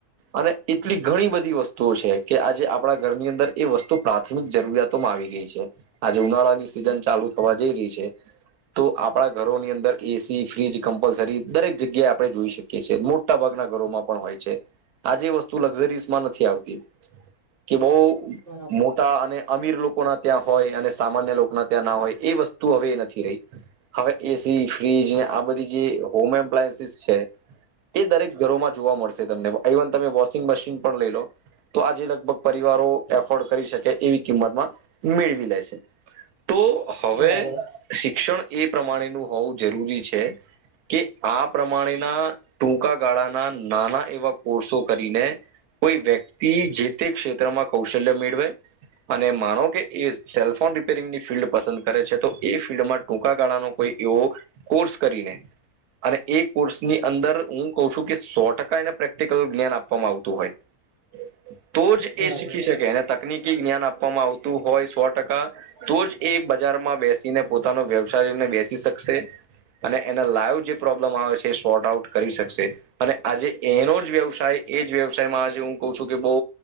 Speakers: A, on the right (about 80°); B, on the right (about 45°).
A: અને એટલી ઘણી બધી વસ્તુઓ છે કે આજે આપણા ઘરની અંદર એ વસ્તુ પ્રાથમિક જરૂરિયાતોમાં આવી ગઈ છે આજે ઉનાળાની સિઝન ચાલુ થવા જઈ રહી છે, તો આપડા ઘરોની અંદર એસી, ફ્રીજ કમ્પલસરી દરેક જગ્યાએ આપણે જોઈ શકીએ છીએ મોટા ભાગના ઘરોમાં પણ હોય છે આજે વસ્તુ લક્ઝરીઝમાં નથી આવતી કે બહુ
B: બરાબર
A: મોટા
B: છે.
A: અને અમીર લોકો ના ત્યાં હોય અને સામાન્ય લોકોના ત્યાં ના હોય એ વસ્તુ હવે નથી રહી હવે એસી ફ્રીજ ને આ બધી જે હોમ એપ્લાયન્સીસ છે એ દરેક ઘરોમાં જોવા મળશે તમને ઇવન તમે વોશિંગ મશીન પણ લઈ લો તો આજે લગભગ પરિવારો એફોર્ડ કરી શકે એવી કિંમતમાં મેળવી લે છે તો હવે
B: બરાબર.
A: શિક્ષણ એ પ્રમાણેનું હોવું જરૂરી છે. કે આ પ્રમાણેના ટૂંકા ગાળાના નાના એવા કોર્સો કરીને કોઈ વ્યક્તિ જે તે ક્ષેત્રમાં કૌશલ્ય મેળવે અને માનો કે એ સેલફોન રિપેરિંગની ફિલ્ડ પસંદ કરે છે તો એ ફિલ્ડમાં ટૂંકા ગાળાનો કોઈ એવો કોર્સ કરીને અને એ કોર્સની અંદર હું કહ છું કે સો ટકા એને પ્રેક્ટિકલ જ્ઞાન આપવામાં આવતું હોય તો જ
B: બરાબર
A: એ શીખી શકે અને તકનીક જ્ઞાન આપવામાં આવતું હોય સો ટકા તો જ એ બજારમાં બેસીને પોતાનો વ્યવસાયને બેસી શકશે અને લ જે પ્રોબ્લેમ આવે છે એ સોર્ટ આઉટ કરી શકશે અને આજે એનો જ વ્યવસાય એ જ વ્યવસાયમાં આજે હું કઉ છું કે બહુ